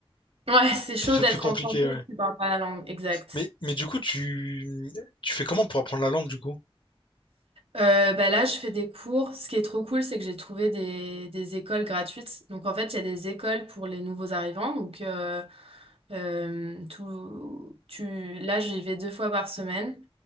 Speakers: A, on the right (about 75°); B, on the left (about 55°).
A: Ouais, <laughs> c'est
B: c'est
A: chaud d'être
B: plus compliqué,
A: en santé
B: ouais.
A: si tu parles pas la langue. Exact.
B: Mais, mais du coup, tu, tu fais comment pour apprendre la langue, du coup?
A: Euh, bah là, je fais des cours. Ce qui est trop cool, c'est que j'ai trouvé des, des écoles gratuites. Donc, en fait, il y a des écoles pour les nouveaux arrivants. Donc, euh, Euh, tout, tu, là, j'y vais deux fois par semaine.